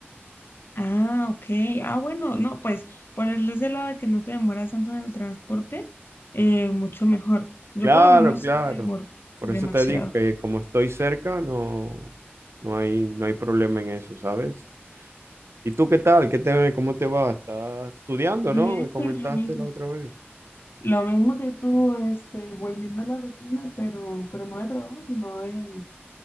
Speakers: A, on the left; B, on the right.
A: Ah, ok. Ah, bueno, no, pues por el ese lado de que no te demoras tanto en el transporte, eh, mucho mejor. Yo
B: Claro,
A: por lo menos
B: claro.
A: sí me demoro
B: Por
A: demasiado.
B: eso te digo que como estoy cerca, no, no hay, no hay problema en eso, ¿sabes? ¿Y tú qué tal? ¿Qué te, cómo te va? ¿Estás estudiando,
A: Bien,
B: no? Me comentaste
A: pues lo mismo.
B: la otra vez.
A: Lo mismo que tú, este, volviendo a la rutina, pero, pero no de trabajo, sino de,